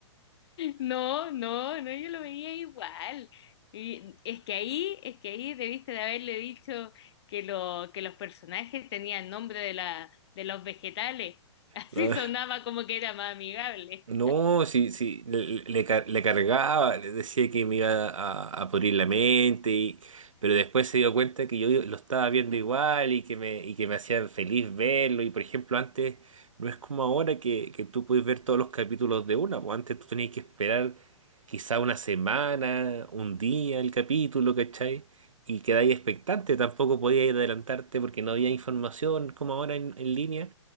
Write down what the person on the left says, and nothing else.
No, no, no, yo lo veía igual. Y es que ahí, es que ahí debiste de haberle dicho que lo, que los personajes tenían nombre de la, de los vegetales. <laughs> Así
sonaba
como que era más amigable.